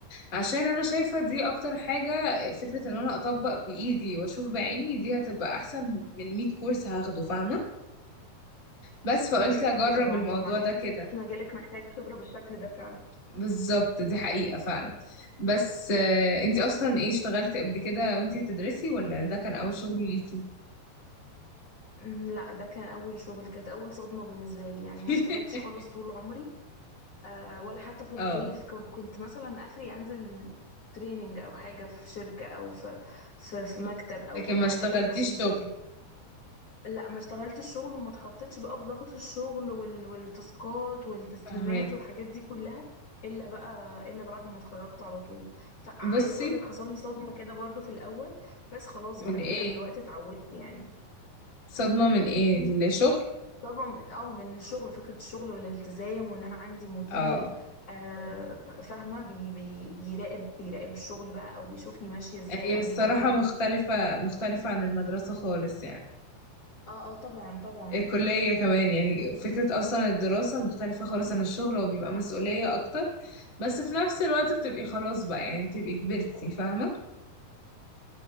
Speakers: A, on the left; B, on the left.
A: عشان انا شايفة دي اكتر حاجة فكرة ان انا اطبق بايدي واشوف بعيني دي هتبقى احسن من 100 كورس هاخده فاهمة بس فقلت اجرب
B: اه طبعا
A: الموضوع
B: طبعا انت
A: ده كده
B: انت مجالك محتاج خبرة بالشكل ده فعلا
A: بالظبط دي حقيقة فعلا بس آه، انتي اصلا ايه اشتغلتي قبل كده وانتي بتدرسي ولا ده كان اول شغل ليكي
B: أمم، لا ده كان اول شغل كانت اول صدمة بالنسبة لي يعني
A: <laughs>
B: ما اشتغلتش خالص طول عمري آه ولا حتى في
A: اه
B: الصيف كن- كنت مثلا اخري انزل تريننج او حاجة في شركة او في في, في مكتب او
A: لكن
B: الحاجات
A: ما اشتغلتيش
B: البسيطة
A: شغل
B: دي لا ما اشتغلتش الشغل وما اتحطيتش بقى في ضغط الشغل وال... والتاسكات والتسليمات
A: فهمك
B: والحاجات دي كلها الا بقى الا بعد ما اتخرجت على طول فعايزه
A: بصي
B: اقول لك حصل لي صدمه كده برضو في الاول بس خلاص
A: من
B: بعد
A: ايه
B: كده بالوقت اتعودت يعني
A: صدمة من ايه الشغل
B: صدمه من- اه من الشغل فكره الشغل والالتزام وان انا عندي مدير
A: اه
B: آه فاهمه بي... بي... بيراقب بيراقب الشغل بقى او بيشوفني ماشيه ازاي
A: هي
B: او
A: الصراحة
B: بيوجهني
A: مختلفة مختلفة عن المدرسة خالص يعني
B: اه اه طبعا طبعا
A: الكلية كمان يعني فكرة أصلا الدراسة مختلفة خالص عن الشغل وبيبقى مسؤولية أكتر بس في نفس الوقت بتبقي خلاص بقى يعني بتبقي كبرتي فاهمة